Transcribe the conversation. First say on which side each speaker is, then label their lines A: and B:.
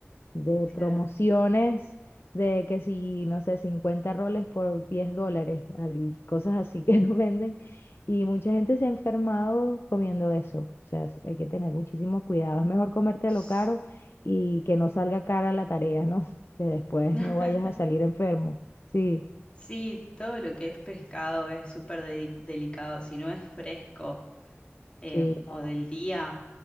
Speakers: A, on the left (about 60°); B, on the left (about 25°).
A: de
B: Claro.
A: promociones, de que si, no sé, 50 roles por 10 dólares, al- cosas así que <laughs> no venden. Y mucha gente se ha enfermado comiendo eso. O sea, s- hay que tener muchísimo cuidado. Es mejor comértelo
B: S-
A: caro y que no salga cara la tarea, ¿no? <laughs> Que después
B: <laughs>
A: no vayas a salir enfermo. Sí,
B: Sí, todo lo que es pescado es súper de- delicado. Si no es fresco, em,
A: sí, no,
B: o del día,